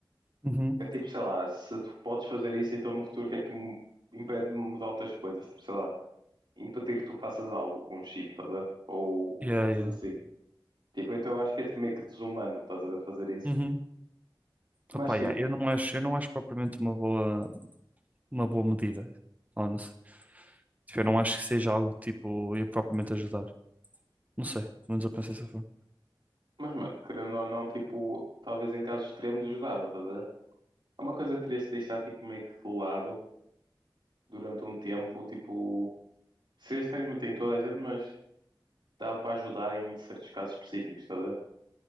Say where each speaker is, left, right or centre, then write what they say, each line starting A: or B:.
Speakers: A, on the right; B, on the right.
A: Uhum,
B: É tipo, sei lá, se tu podes fazer isso, então no futuro o que é que me impede de mudar outras coisas? Tipo, sei lá, impedir que tu faças algo com um chip, estás a ver? Ou
A: Yeah,
B: coisas
A: yeah.
B: assim. Tipo, então eu acho que é tipo, meio que desumano, estás a ver, fazer isso.
A: uhum.
B: Mas
A: Opa,
B: tipo,
A: yeah, eu não acho, eu não acho propriamente uma boa, uma boa medida, honestly. Tipo, eu
B: hum,
A: não acho que seja algo tipo, ia propriamente ajudar. Não sei, pelo menos eu penso dessa forma.
B: mas mano, querendo ou não, tipo, talvez em casos extremos ajudava, estás a ver? Há uma coisa que terias de deixar tipo meio que de lado durante um tempo, tipo, seria estranho tem toda a gente, mas dá para ajudar em certos casos específicos, estás a ver?